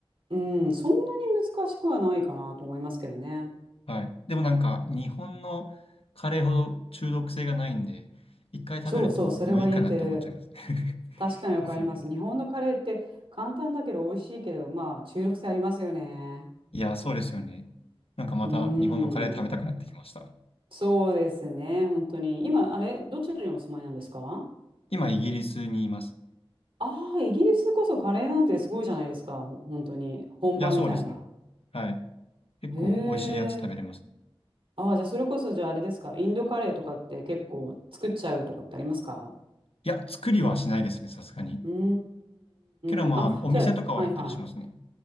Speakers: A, on the right; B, on the left.
A: うん、そんなに難しくはないかなと思いますけどね。
B: はい。でもなんか、日本のカレーほど中毒性がないんで、一回食べるともういいかなって思っちゃいます。
A: そうそう、それは言えてる。
B: <laughs>
A: 確かにわかります。
B: ですよね。
A: 日本のカレーって簡単だけど美味しいけど、まあ、中毒性ありますよね。
B: いや、そうですよね。なんかまた日本のカレー食べたくなってきました。
A: うーん、そうですね、本当に。今、あれ、どちらにお住まいなんですか
B: 今、イギリスにいます。
A: ああー、イギリスこそカレーなんてすごいじゃないですか。ほ本当に。本場みたいな。
B: いや、そうですね。はい。結構美味しいやつ食べれます。
A: へえ。ああ、じゃあそれこそじゃああれですか。インドカレーとかって結構作っちゃうとかってありますか
B: いや、作りはしないですね、さすがに。
A: うんう
B: けどまあ、
A: んうんうん。あ、
B: お店とかは行ったりしますね。
A: じゃあ、はいはい。